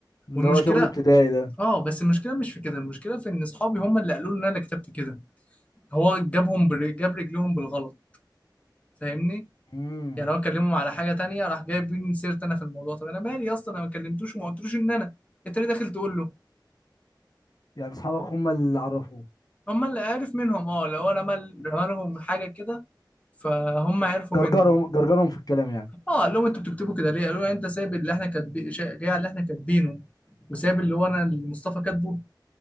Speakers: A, on the left; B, on the left.
A: اللي
B: والمشكله
A: هو شغل ابتدائي ده
B: اه بس المشكله مش في كده المشكله في ان اصحابي هم اللي قالوا لي ان انا اللي كتبت كده هو جابهم بر... جاب رجليهم بالغلط فاهمني
A: امم
B: يعني هو كلمهم على حاجه تانية راح جايبين سيرت انا في الموضوع طب انا مالي اصلا انا ما كلمتوش وما قلتلوش ان انا انت ليه داخل تقول له
A: يعني اصحابك هم اللي عرفوه
B: هم اللي عارف منهم اه لو هو رمى رمى لهم حاجه كده فهم عرفوا
A: جرجرهم
B: منه
A: جرجرهم في الكلام يعني
B: اه قال لهم انتوا بتكتبوا كده ليه قالوا له انت سايب اللي احنا كاتبين جاي على اللي احنا كاتبينه وسايب اللي هو انا اللي مصطفى كاتبه